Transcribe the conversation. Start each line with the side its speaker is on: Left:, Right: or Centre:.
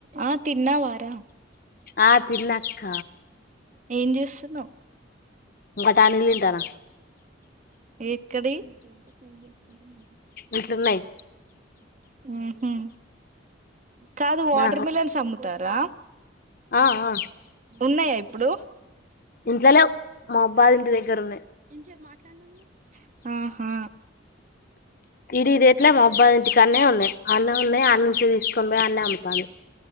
Right: ఆ తిన్నావా రా
Left: ఆ తిన్నాక్క
Right: ఏం చేస్తున్నావు
Left: బఠాణీలు తింటన్న
Right: ఎక్కడివి <inaudible>
Left: ఇంట్లో ఉన్నాయి
Right: ఉహూ కాదు వాటర్
Left: మా
Right: మిలన్స్ అమ్ముతారా
Left: ఆ ఆ
Right: ఉన్నాయా ఇప్పుడు
Left: ఇంట్లో లెవ్ మా ఆబ్బా వాళ్ళ ఇంటి దగ్గర ఉన్నాయి
Right: ఇంచేపు మాట్లాడినం గా ఆహా
Left: ఇడిదిట్లే మా అబ్బ ఇంటికి కాడా నే ఉన్నాయి అన్నే ఉన్నాయి అన్న నుంచి తీసుకొని పోయి అన్నే అమ్ముతాను